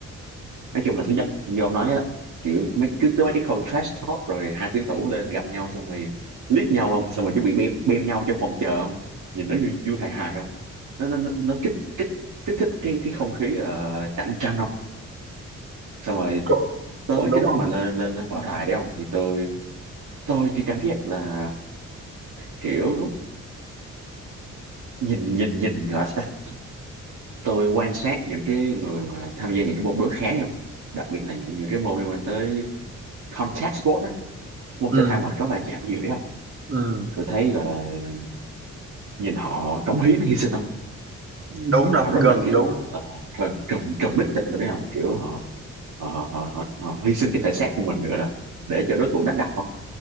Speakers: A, on the right; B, on the right.
A: nói chung là thứ nhất như ông nói á kiểu mấy cứ tới mấy cái khâu trash talk rồi hai tuyển thủ lên gặp nhau xong rồi liếc nhau không xong rồi chuẩn bị bem bem nhau trong phòng chờ không nhìn nó vui vui hài hài không nó nó nó, nó kích kích kích thích cái cái không khí ờ, cạnh tranh không xong rồi
B: cũng,
A: tới
B: cũng đúng
A: cái lúc
B: không
A: mà lên lên lên võ đài đấy không thì tôi tôi chỉ cảm giác là kiểu nhìn nhìn nhìn gọi là sao ta? tôi quan sát những cái người mà tham gia những cái môn đối kháng đấy không đặc biệt là những những cái môn liên quan tới contact sport á môn
B: ừ
A: thể thao mà có va chạm nhiều đấy không
B: ừ
A: tôi thấy gọi là nhìn họ cống hiến hy sinh không
B: đúng
A: nhìn
B: đâu
A: họ rất
B: gần
A: là kiểu
B: đúng
A: rất
B: không
A: là là cầm cầm bích tịch rồi đấy không kiểu họ họ họ, họ, họ, họ hy sinh cái thể xác của mình gọi là để cho đối thủ đánh đập không